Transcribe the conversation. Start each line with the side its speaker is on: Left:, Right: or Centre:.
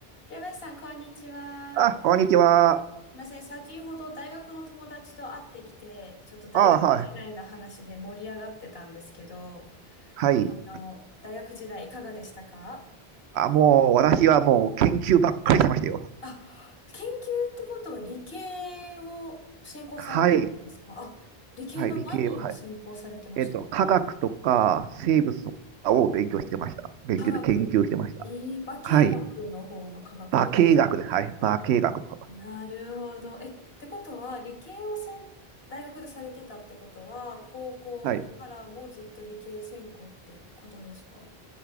Left: 平林さん、こんにちは。
Right: あ、こんにちは。
Left: すいません、先ほど大学の友達と会ってきて、ちょっと大学時代の話で盛り上がってたんですけど、
Right: あ、はい。はい。
Left: あの、大学時代いかがでしたか
Right: あ、もう、私はもう研究ばっかりしてましたよ。
Left: あ、研究ってことは理系を専攻されてたんですかあ、
Right: はい。
Left: 理系の何を専攻されてましたか
Right: はい、理系は、はい。えっと、科学とか生物とかを勉強してました。勉強で研究してました。
Left: 科学。えー、化学の方の科学です。
Right: はい。化学です。はい。化学の方。
Left: なるほど。え、ってことは、理系をせん、大学でされてたってことは、高校からもずっと理系専攻ってことですか
Right: はい。